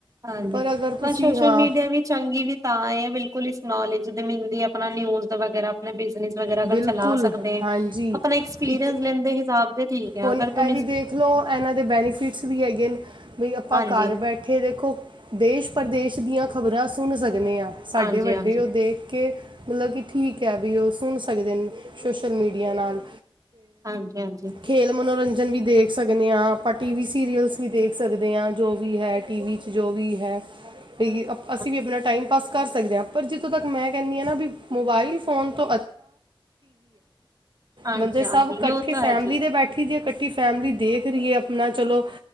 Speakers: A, on the right; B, on the right.
A: ਹਾਂਜੀ
B: ਪਰ ਅਗਰ ਤੁਸੀਂ
A: ਬਸ ਸੋਸ਼ਲ
B: ਹਾਂ
A: ਮੀਡੀਆ ਵੀ ਚੰਗੀ ਵੀ ਤਾਂ ਬਿਲਕੁਲ ਇਸ ਨੌਲੇਜ। ਜਦ ਮਿਲਦੀ ਆਪਣਾ ਨਿਊਜ਼ ਦਾ ਵਗੈਰਾ ਆਪਣਾ ਬਿਜਨਸ। ਵਗਰਾ
B: ਬਿਲਕੁਲ
A: ਚਲਾ ਸਕਦੇ
B: ਹਾਂਜੀ
A: ਆਪਣਾ ਐਕਸਪੀਰੀੰਸ
B: ਇੱਕ
A: ਲੈਣ ਦੇ ਹਿਸਾਬ ਤੇ ਠੀਕ
B: ਹੁਣ
A: ਆ ਅਗਰ
B: ਇਹ
A: ਤ।
B: ਵੀ ਦੇਖ ਲਓ ਇਹਨਾਂ ਦੇ ਬੈਨੀਫਿਟਸ ਵੀ ਹੈਗੇ ਨੇ ਬਈ ਆਪਾਂ
A: ਹਾਂਜੀ
B: ਘਰ ਬੈਠੇ ਦੇਖੋ। ਦੇਸ਼ ਪ੍ਰਦੇਸ਼ ਦੀਆਂ। ਖ਼ਬਰਾਂ ਸੁਣ ਸਕਦੇ ਹਾਂ ਸਾਡੇ
A: ਹਾਂਜੀ
B: ਵੱਡੇ
A: ਹਾਂਜੀ
B: ਉਹ ਦੇਖ ਕੇ ਮਤਲਬ ਕਿ ਠੀਕ ਹੈ ਵੀ ਉਹ ਸੁਣ। ਸਕਦੇ ਸੋਸ਼ਲ ਮੀਡੀਆ ਨਾਲ
A: ਹਾਂਜੀ ਹਾਂਜੀ
B: ਖੇ ਮਨੋਰੰਜ। ਭਜਨ ਵੀ ਦੇਖ ਸਕਦੇ ਹਾਂ ਆਪਾਂ ਟੀ ਵੀ ਸੀਰੀਅਲਸ ਵੀ ਦੇਖ ਸਕਦੇ ਹਾਂ ਜੋ ਵੀ ਹੈ ਟੀ ਵੀ 'ਚ ਜੋ ਵੀ ਹੈ। ਬਸ ਅਸੀਂ
A: ਹਾਂ,
B: ਵੀ ਆਪਣਾ ਟਾਈਮ ਪਾਸ ਕਰ ਸਕਦੇ ਹਾਂ ਪਰ ਜਿੱਥੋਂ ਤੱਕ ਮੈਂ ਕਹਿੰਦੀ ਹਾਂ ਨਾ ਵੀ ਮੋਬਾਇਲ ਫੋਨ ਤੋਂ।
A: ਹਾਂਜੀ
B: ਮਤਲਬ ਸਬ
A: ਹਾਂਜੀ ਉਹ ਤਾਂ
B: ਫੈਮਲੀ
A: ਹੈ ਜੀ
B: ਦੇ ਬੈਠੀ ਦੇਖ ਰਹੀਏ ਆਪਣਾ ਚਲੋ